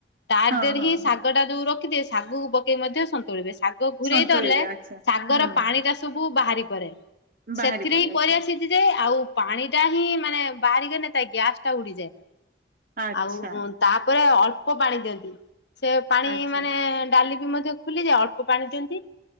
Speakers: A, on the left (about 80°); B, on the right (about 50°).
A: ତା
B: ହଁ
A: ଦେହରେ
B: ହଁ
A: ହିଁ
B: ହଁ।
A: ଶାଗଟା ଯୋଉ ରଖିଦିଏ ଶାଗକୁ ପକେଇ ମଧ୍ୟ ସନ୍ତୁଳିବେ ଶାଗ ଘୁରେଇଦଲେ
B: ସନ୍ତୁଳିବେ ଆଚ୍ଛା
A: ଶାଗର
B: ହୁଁ
A: ପାଣି ଟା ତୁବୁ ବାହାରି ପରେ।
B: ବାହାରି
A: ସେଥିରେ
B: ପଡେ
A: ହିଁ
B: ଆଚ୍ଛା
A: ପରିବା ସି ଯି ଯାଏ ଆଉ ପାଣି ଟା ହିଁ ମାନେ ବାହାରିଗନେ ତା ଗ୍ୟାସଟା ଉଡିଯାଏ।
B: ଆଚ୍ଛା
A: ଆଉ ତାପରେ ଅଳ୍ପ ପାଣି ଦିଅନ୍ତି ସେ ପାଣି
B: ଆଚ୍ଛା।
A: ମାନେ ଡାଲି ବି ମଧ୍ୟ ଫୁଲିଯାଏ ଅଳ୍ପ ପାଣି ଦିଅନ୍ତି